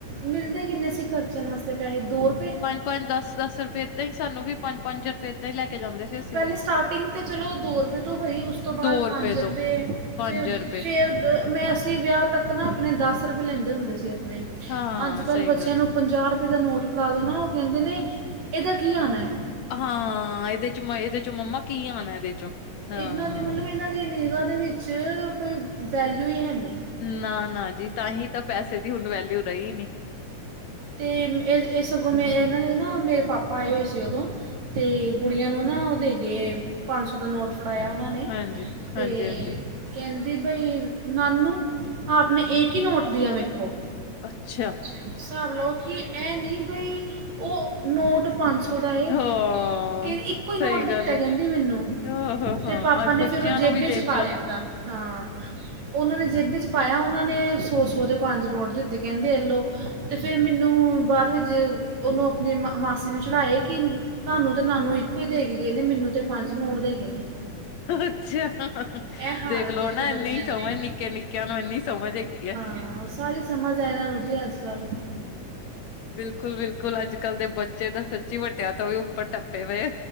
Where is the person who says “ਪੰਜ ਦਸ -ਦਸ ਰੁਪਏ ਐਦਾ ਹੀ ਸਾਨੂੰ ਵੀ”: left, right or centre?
Left